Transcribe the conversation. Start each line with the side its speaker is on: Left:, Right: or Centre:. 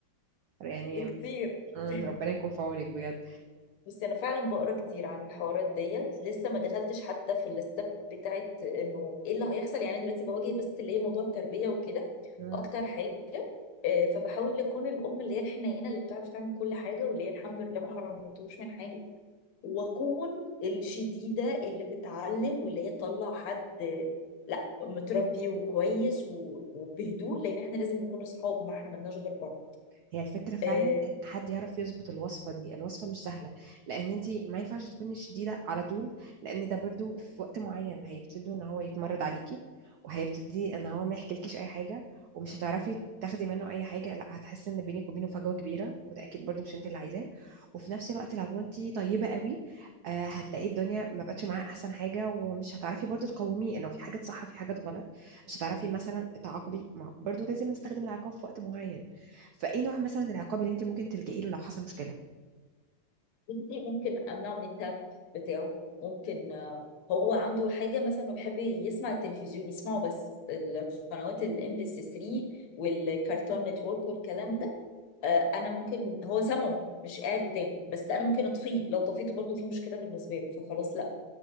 Right: يعني
Left: بكتير <laughs>
Right: مم، ربنا يكون في عونك بجد
Left: بس انا فعلا بقرا كتير عن الحوارات ديت لسه ما دخلتش حتى في الاستاب بتاعت انه ايه اللي هيحصل يعني أنا دلوقتي بواجه بس اللي هي موضوع التربيه وكده
Right: مم.
Left: اكتر حاجه آه، فبحاول اكون الام اللي هي الحنينه اللي بتعرف تعمل كل حاجه واللي هي الحمد لله ما حرمتهوش من حاجه واكون الشديده اللي بتعلم واللي هي تطلع حد آه، لا متربي وكويس و- وبهدوء لان احنا لازم نكون اصحاب ما احنا ملناش غير بعض
Right: هي الفكرة فعلا
Left: آه،
Right: ان حد يعرف يظبط الوصفة دي الوصفة مش سهلة لان انتي ما ينفعش تكوني شديدة على طول لان ده برضو في وقت معين هيبتدوا ان هو يتمرد عليكي وهيبتدي ان هو ما يحكيلكيش اي حاجة ومش هتعرفي تاخدي منه اي حاجة لا هتحسي ان بينك وبينه فجوة كبيرة وده اكيد برضو مش انت اللي عايزاه وفي نفس الوقت لو انتي طيبة قوي آه هتلاقي الدنيا ما بقتش معاه احسن حاجة ومش هتعرفي برضو تقوميه انه في حاجات صح وفي حاجات غلط مش هتعرفي مثلا تعاقبي ما برضو لازم نستخدم العقاب في وقت معين فايه نوع مثلا العقاب اللي انت ممكن تلجئي له لو حصل مشكله
Left: بنتي ممكن امنعه من التاب بتاعه ممكن آه، هو عنده حاجه مثلا إنه بيحب يسمع التلفزيون يسمعه بس القنوات الام بي سي 3 والكارتون نتورك والكلام ده آه، انا ممكن هو سامعه مش قاعد قدامه بس انا ممكن اطفيه لو طفيته برضو دي مشكله بالنسبه له فخلاص لا